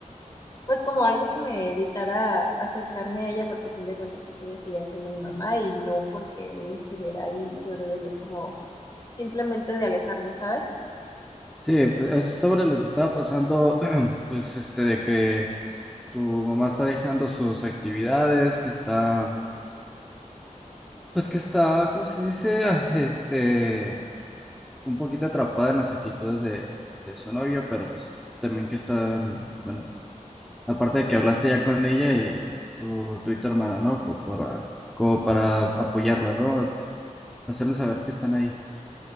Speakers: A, on the left; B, in the centre.
A: pues como algo que me evitara acercarme a ella porque a fin de cuentas pues ella seguía siendo mi mamá y no porque él estuviera ahí yo debería como simplemente de alejarme, ¿sabes?
B: Sí, es sobre lo que estaba pasando, <clears throat> pues, este, de que tu mamá está dejando sus actividades, que está, pues, que está, ¿cómo se dice? Ah, Este, un poquito atrapada en las actitudes de, de su novio, pero pues también que está, bueno, aparte de que hablaste ya con ella y tu, tu y tu hermana, ¿no? Como para, como para apoyarla, ¿no? Hacerle saber que están ahí.